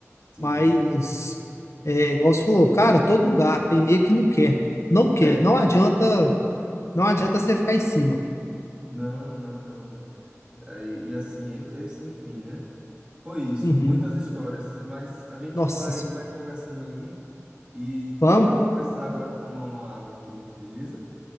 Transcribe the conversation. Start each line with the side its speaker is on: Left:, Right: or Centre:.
Right: Sim,
Left: Mas,
Right: sim.
Left: é, igual você falou, cara, todo lugar tem meio que não quer. Não quer.
Right: É.
Left: Não adianta, não adianta você ficar em cima.
Right: Não, não, não, não. É, E assim, é- é- enfim, né? Foi isso,
Left: Uhum.
Right: muitas histórias, mas a gente
Left: Nossa
Right: vai,
Left: Senhora.
Right: vai conversando aí e
Left: Vamos.
Right: porque eu vou precisar agora tomar uma água aqui, beleza?